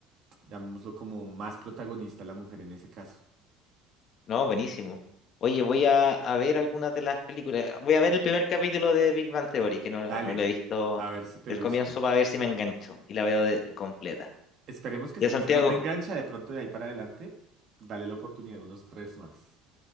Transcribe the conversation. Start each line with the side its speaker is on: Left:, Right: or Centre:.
Right: llamémoslo como más protagonista la mujer en ese caso.
Left: No, buenísimo. Oye, voy a, a ver algunas de las películas. Voy a ver el primer capítulo de Big Bang Theory, que no
Right: Dale,
Left: la, no la he visto
Right: a ver si te
Left: del
Right: gusta.
Left: comienzo para ver si me engancho y la veo de- completa.
Right: Esperemos que
Left: ¿Ya,
Right: sí.
Left: Santiago?
Right: Si no te engancha de pronto de ahí para adelante, dale la oportunidad de unos tres más.